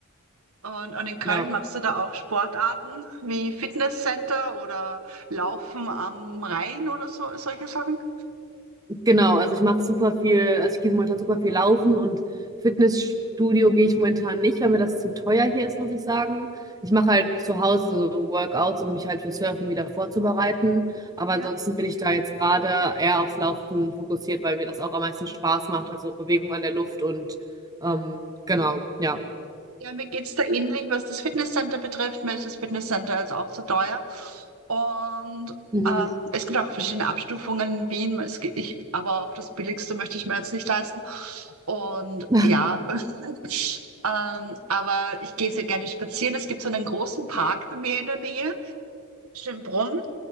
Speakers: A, on the right (about 85°); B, on the right (about 15°).
A: Und, und in Köln
B: Ja,
A: machst du da auch Sportarten wie Fitnesscenter oder Laufen am Rhein oder so, solche Sachen?
B: genau. Also ich mache super viel, also ich gehe momentan super viel laufen und Fitnessstudio gehe ich momentan nicht, weil mir das zu teuer hier ist, muss ich sagen. Ich mache halt zu Hause so Workouts, um mich halt für Surfen wieder vorzubereiten. Aber
A: Ja.
B: ansonsten bin ich da jetzt gerade eher aufs Laufen fokussiert, weil mir das auch am meisten Spaß macht. Also Bewegung an der Luft und ähm, genau, ja.
A: Ja, mir geht's da ähnlich, was das Fitnesscenter betrifft. Mir ist das Fitnesscenter jetzt auch zu teuer. Und
B: Mhm.
A: äh, es gibt auch verschiedene Abstufungen in Wien. Es gibt, ich, aber auch das Billigste möchte ich mir jetzt nicht leisten. Und
B: <laughs>
A: ja, <laughs> ähm, aber ich gehe sehr gerne spazieren. Es gibt so einen großen Park bei mir in der Nähe, Schönbrunn.